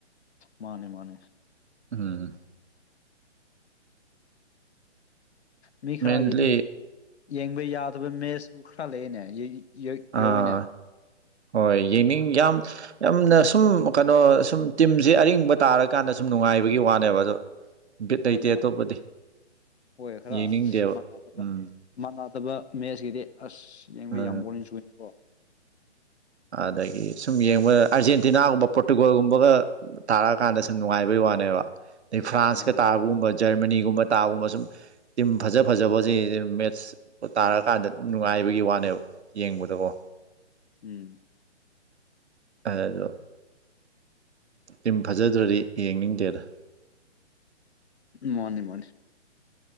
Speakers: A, on the left (about 65°); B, on the right (about 70°).
A: ꯃꯥꯅꯦ ꯃꯥꯅꯦ
B: ꯎꯝ
A: ꯃꯤ ꯈꯔꯒꯤꯗꯤ
B: ꯃꯦꯟꯂꯤ
A: ꯌꯦꯡꯕ ꯌꯥꯗꯕ ꯃꯦ꯭ꯠꯁꯁꯨ ꯈꯔ ꯂꯩꯌꯦꯅꯦ
B: ꯑꯥ
A: ꯌꯧꯋꯤꯅꯦ
B: ꯍꯣꯏ ꯌꯦꯡꯅꯤꯡ ꯌꯥꯝ ꯌꯥꯝꯅ ꯁꯨꯝ ꯀꯩꯅꯣ ꯁꯨꯝ ꯇꯤꯝꯖꯦ ꯑꯔꯤꯡꯕ ꯇꯥꯔꯀꯥꯟꯗ ꯁꯨꯝ ꯅꯨꯡꯉꯥꯏꯕꯒꯤ ꯋꯥꯅꯦꯕ ꯑꯗꯣ ꯕꯤꯠ ꯂꯩꯇꯦ
A: ꯃꯥꯅꯤ ꯃꯥꯅꯤ
B: ꯑꯇꯣꯞꯄꯗꯤ
A: ꯍꯣꯏ ꯈꯔ
B: ꯌꯦꯡꯅꯤꯡꯗꯦꯕ
A: ꯃꯥꯟꯅꯕ
B: ꯎꯝ
A: ꯐꯖꯗꯕ ꯃꯦ꯭ꯠꯁꯀꯤꯗꯤ ꯑꯁ ꯌꯦꯡꯕ
B: ꯑ
A: ꯌꯥꯝ ꯕꯣꯔꯤꯡ ꯆꯨꯌꯦꯀꯣ
B: ꯑꯗꯒꯤ ꯁꯨꯝ ꯌꯦꯡꯕ ꯑꯥꯔꯖꯦꯟꯇꯤꯅꯥꯒꯨꯝꯕ ꯄꯣꯔꯇꯨꯒꯜꯒꯨꯝꯕꯒ ꯇꯥꯔꯛꯑꯀꯥꯟꯗ ꯁꯨꯝ ꯅꯨꯡꯉꯥꯏꯕꯩ ꯋꯥꯅꯦꯕ ꯐ꯭ꯔꯥꯟꯁ
A: ꯃꯥꯅꯦ
B: ꯀ ꯇꯥꯕꯒꯨꯝꯕ ꯖ꯭ꯔꯃꯅꯤꯒꯨꯝꯕ ꯇꯥꯒꯨꯝꯕ ꯁꯨꯝ ꯇꯤꯝ ꯐꯖ ꯐꯖꯕꯖꯦ ꯃꯦ꯭ꯠꯁ ꯇꯥꯔꯛꯀꯥꯟꯗ ꯑꯗꯨꯝ ꯅꯨꯡꯉꯥꯏ ꯍꯥꯏꯕꯒꯤ ꯋꯥꯅꯦꯕ ꯌꯦꯡꯕꯗꯀꯣ
A: ꯎꯝ
B: ꯑꯗꯣ ꯇꯤꯝ ꯐꯖꯗ꯭ꯔꯔꯤ ꯌꯦꯡꯅꯤꯡꯗꯦꯗ
A: ꯃꯥꯅꯤ ꯃꯥꯅꯤ